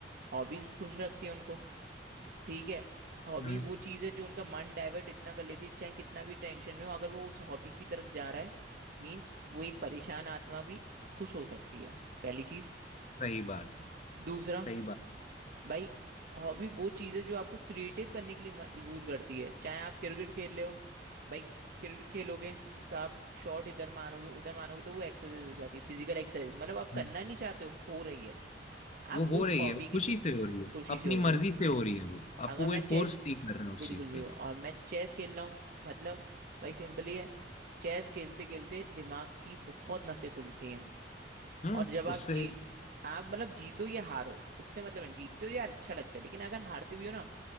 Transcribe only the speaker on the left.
हम्म
सही बात है
सही बात
हम्म।
वो
हो
रही
है खुशी
से हो रही है
अपनी
मर्जी
से हो रही है वो आपको
कोई
फोर्स नहीं कर रहा उस
चीज के
लिए
हम्म
उससे